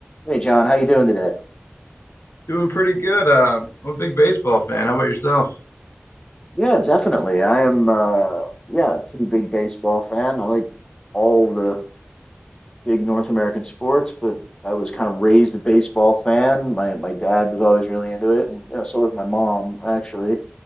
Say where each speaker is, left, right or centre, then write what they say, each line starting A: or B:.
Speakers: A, on the left; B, on the left.
A: Hey John, how you doing today?
B: Doing pretty good. Uh, I'm a big baseball fan. How about yourself?
A: Yeah, definitely. I am uh yeah, pretty big baseball fan. I like all the big North American sports, but I was kind of raised a baseball fan. My my dad was always really into it, and you know, so was my mom actually.